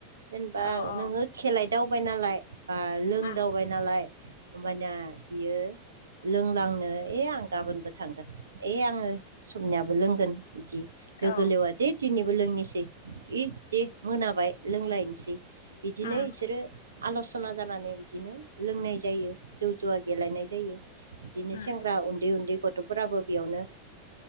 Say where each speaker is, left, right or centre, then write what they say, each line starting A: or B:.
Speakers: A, on the right; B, on the left.
A: जेनेबा
B: औ औ
A: नोङो खेलायदावबाय नालाय बा लोंदावबाय
B: उम
A: नालाय होमबानिया बियो लोंलांनो ए आं गाबोनबो थांगोन ओइ आङो सबनियाबो लोंगोन बिदि लोगो
B: औ
A: लेवा दे दिनैबो लोंनोसै दे मोनाबाय लोंलायनोसै बिदिनो
B: उम
A: बिसोरो आल' सना जानानै बिदिनो लोंनाय जायो जौ जुवा गेलेनाय जायो। बिदिनो
B: उम
A: सेंग्रा उन्दै उन्दै गथ'फोराबो बेयावनो